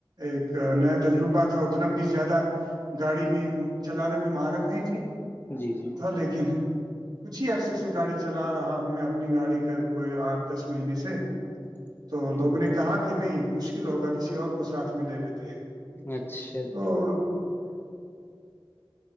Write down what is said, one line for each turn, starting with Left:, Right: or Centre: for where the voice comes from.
Right: ایک نیا تجربہ تھا اتنا بھی زیادہ گاڑی میں چلانے میں مہارت نہیں تھی
Left: جی جی <inaudible>
Right: سر لیکن <inaudible> کچھ ہی عرصے سے گاڑی چلا رہا ہوں میں اپنی گاڑی کا کوئی آٹھ دس مہینے سے <inaudible>
Left: <inaudible>
Right: تو لوگوں
Left: جی
Right: نے کہا کہ نہیں مشکل ہوگا کسی اور کو ساتھ میں لے لیتے ہیں
Left: اچھا جی
Right: تو